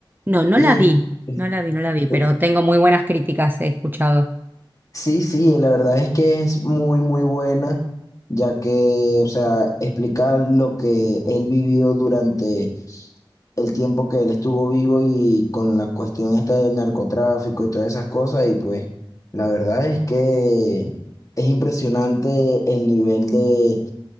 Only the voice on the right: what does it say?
no, no
la vi,
no la vi, no la vi,
pero tengo muy buenas críticas, he escuchado.